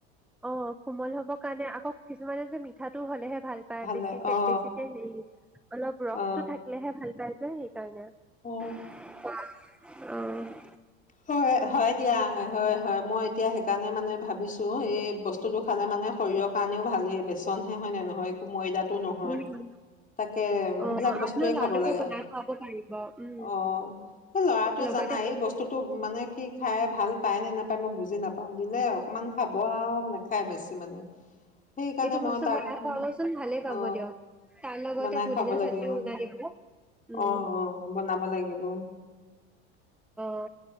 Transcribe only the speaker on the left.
ভালে
অ
অ অ
অ
হয় হয় এতিয়াহে হয় হয় মই এতিয়া সেইকাৰণে মানে ভাবিছো এই বস্তুটো খালে মানে শৰীৰৰ কাৰণেও ভালেই বেচনহে হয় নে নহয় একো ময়দাতটো নহয়
তাকে
সেইবিলাক বস্তুৱয়ে
খাব লাগে
অ এই ল'ৰাটোৱে
জানাই এই বস্তু বস্তুো মানে সি খাই ভাল পায় নে নাপায় মই বুজি নাপাওঁ দিলে অকমান খাব আৰু নাখায় বেছি মানে সেইকাৰণে
মই
তাক
অ
বনাই
খুৱাব লাগিব
আহ আহ বনাব লাগিব